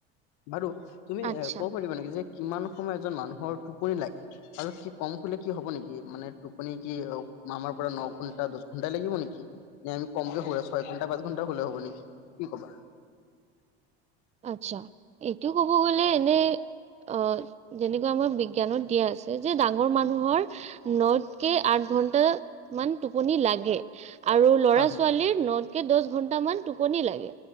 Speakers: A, on the left; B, on the right.
A: বাৰু তুমি
B: আচ্ছা
A: এ, ক'ব পাৰিবা নেকি যে কিমান সময় মানুহৰ লাগে? আৰু কি কম শুলে কি হ'ব নেকি? মানে টোপনি কি অ, আমাৰ পৰা ন' ঘন্টা, দশ ঘ ঘণ্টাই লাগিব নেকি? নে আমি কমকে শুব লাগে? ছয় ঘণ্টা, পাঁচ ঘণ্টা শুলেও হ'ব নেকি? কি ক'বা?
B: আচ্ছা। এইটো ক'ব গলে এনেই আ, যেনেকুৱা আমাৰ বিজ্ঞানত দিয়া আছে। যে ডাঙৰ মানুহৰ ন'তকে, আঠ ঘন্টা মান টোপনি লাগে। আৰু ল'ৰা-ছোৱালীৰ
A: হয় হয়
B: ন'তকে, দশ ঘন্টা মান টোপনি লাগে।